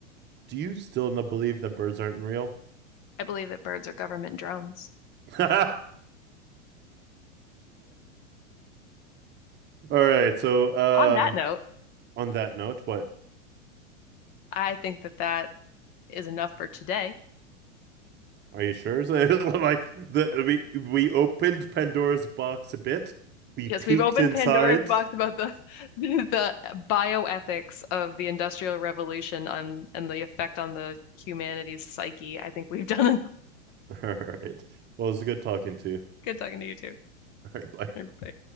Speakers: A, on the right; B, on the left.
A: do you still not believe that birds aren't real?
B: <laughs> I believe that birds are government drones.
A: <laughs> all right, so um
B: On that note,
A: on that note, what
B: I think that that is enough for today.
A: are you sure? <laughs> like the we we opened Pandora's box a bit. We
B: Yes,
A: peeked
B: we've opened
A: inside.
B: Pandora's box about the <laughs> the bioethics of the Industrial Revolution on and the effect on the humanity's psyche. I think we've done <laughs> enough.
A: <laughs> All right. Well, it was good talking to you.
B: Good talking to you too.
A: <laughs> All right, bye.
B: Bye.